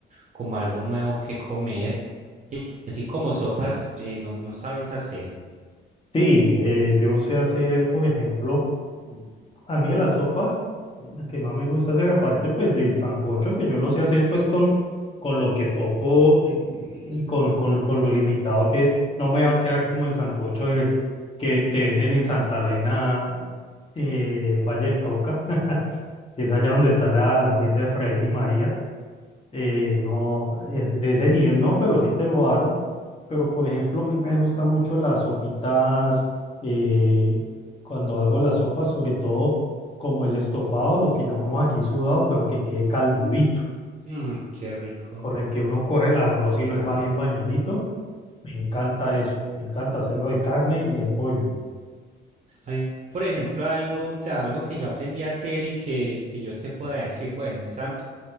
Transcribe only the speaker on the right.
como algo nuevo que comer. Y así como sopas, eh, no, no sabes hacer.
Mm, qué rico.
A mí, por ejemplo, algo, o sea, algo que yo aprendí a hacer y que, que yo te pueda decir, bueno, esta